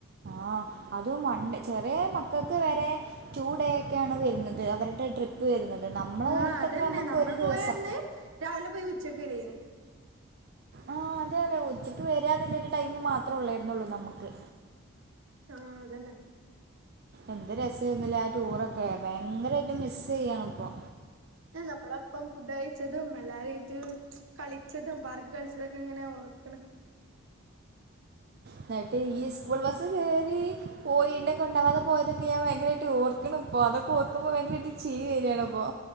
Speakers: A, on the right; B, on the right.
A: ആഹ് അതും വൺ ചെറിയ മക്കൾക്ക് വരെ ടു ഡേ ഒക്കെയ ആണ് വരുന്നത് അവരുടെ ട്രിപ്പ് വരുന്നത് നമ്മളെ കാലത്തൊക്കെ
B: ആ അതന്നെ
A: നമുക്ക്
B: നമ്മൾ
A: ഒരു ദിവസം
B: പോയന്ന് രാവിലെ പോയി ഉച്ച ക്ക് വരെയ്നീ
A: ആ അതെ അതെ ഉച്ചക്ക് വരിതല്ലരു ടൈം മാത്രേ ഉള്ളായിരുന്നുള്ളു നമ്മുക്ക്
B: ആഹ അതന്നെ
A: എന്ത രസംൊന്നില്ല ആ ടൂറൊക്കെ ഓക്കെ ഭയങ്കരമായിട്ട് മിസ്സ് ചെയ്യണം പ്പ
B: നമ്മളൊപ്പം ഫുഡ് കഴിച്ചതും എല്ലാവരുംു കളിച്ചതും പാർക്ക് കളിച്ചതൊക്കെ ഇങ്ങനെ റർക്കണ്
A: എന്നട്ട് ഈ സ്കൂൾ ബസ്സ വേറി പോയി് കൊണ്ടാവാാെ പോയതക്കെ ാ ഭയങ്കര ഓർക്കണ ഇപ്പോ അതൊക്കെ ഓക്കുമ്പോ ഭയരമായിട്ട് ചിരി വരിയണപ്പോൊ